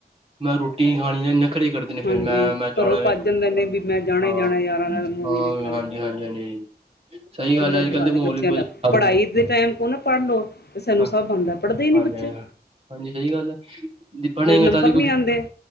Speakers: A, on the right; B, on the left.
A: ਮੈਂ ਰੋਟੀ ਖਾਣੀ ਨਖਰੇ ਕਰ ਫਿਰ
B: ਹਾਂਜੀ,
A: ਮੈਂ ਮੈਂ ਜਾਣਾ
B: ਘਰੋਂ
A: ਵੇਖਣ
B: ਭੱਜ ਜਾਂਦੇ
A: ਵਾਲ
B: ਨੇ ਵੀ ਮੈਂ ਜਾਣਾ
A: ਹਾਂ
B: ਹੀ ਜਾਣਾ ਯਾਰਾਂ ਨਾਲ ਮੂਵੀ
A: ਹਾਂ
B: ਦੇਖਣ।
A: ਹਾਂਜੀ ਹਾਂਜੀ ਹਾਂਜੀ ਸਹੀ ਗੱਲ
B: ਇੰਨਾ
A: ਹੈ ਅੱਜ
B: ਬੁਰਾ
A: ਕੱਲ੍ਹ ਦੇ
B: ਲਏ
A: ਮਾਹੌਲ
B: ਬੱਚਿਆਂ
A: ਹੀ ਬਹੁਤ
B: ਦਾ ਪੜ੍ਹਾਈ ਦੇ ਟਾਈਮ ਕੋ ਨਾ ਪੜ੍ਹ ਲਓ ਤੇ ਸਾਨੂੰ
A: ਹਾਂ
B: ਸਭ ਆਦਾ ਪੜ੍ਹਦੇ ਨਹੀਂ
A: ਹਾਂਜੀ
B: ਬੱਚੇ
A: ਹਾਂਜੀ ਸਹੀ ਗੱਲ ਹੈ ਪੜ੍ਹੇਗੇ
B: ਫੇਰ ਨੰਬਰ
A: ਤਾਈ ਕੁਛ
B: ਨੀ ਆਂਦੇ,